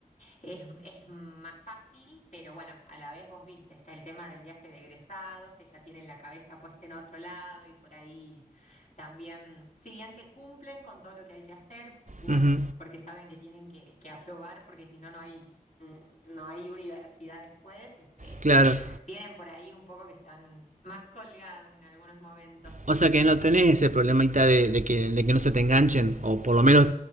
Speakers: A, on the left (about 55°); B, on the right (about 55°).
A: es, es más fácil, pero bueno, a la vez vos viste, está el tema del viaje de egresados, que ya tienen la cabeza puesta en otro lado y por ahí también, si bien te cumplen con todo lo que hay que hacer, bueno,
B: ujú,
A: porque saben que tienen que, que aprobar, porque si no, no hay, mm, no hay universidad después, este,
B: claro.
A: tienen por ahí un poco que están más colgados en algunos momentos.
B: O sea que no tenés ese problemita de, de que, de que no se te enganchen, o por lo menos